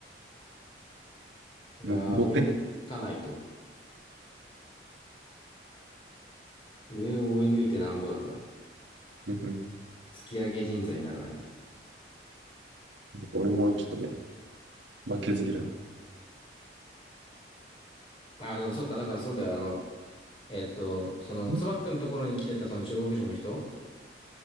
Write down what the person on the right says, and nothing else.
も、もって。
う
俺もちょっとね、負けず嫌い。
ん